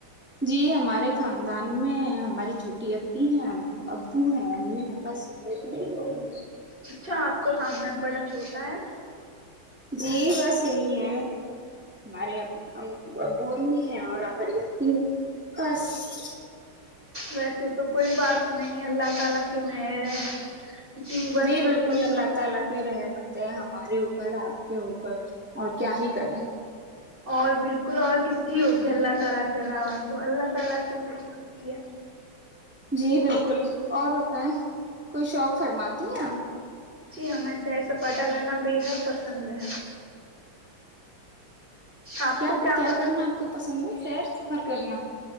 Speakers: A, in the centre; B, on the right (about 20°).
A: جی ہمارے ہمارے خاندان میں ہماری چھوٹی ای ہیں ابو ہیں امی ہیں بس ہم اتنے ہی لوگ ہیں
B: اچھا آپ کا خاندان بڑا چھوٹا ہے
A: جی بس یہی ہے ہمارے ابو امی ہیں اور ہماری ا بھی ہیں بس
B: ویسے تو کوئی بات نہیں اللہ تعالی کہ میں صبح
A: جی
B: سے
A: بالکل
B: اٹھی
A: اللہ تعالی کی رحمت ہمارے اوپر آپ کے اوپر اور کیا ہی کریں
B: اور بالکل اور کس کی ہوگی اللہ کے علاوہ تو اللہ تعالی کی ہے
A: جی بالکل اور بتائیں کوئی شوق فرماتی ہیں آپ
B: جی ہمیں سیر سپاٹا کرنا بےحد پسند ہے آپ
A: کیا
B: کو
A: کیا
B: پسند
A: کرنا
B: ہے
A: آپ کو پسند ہے سیر سفر کرنا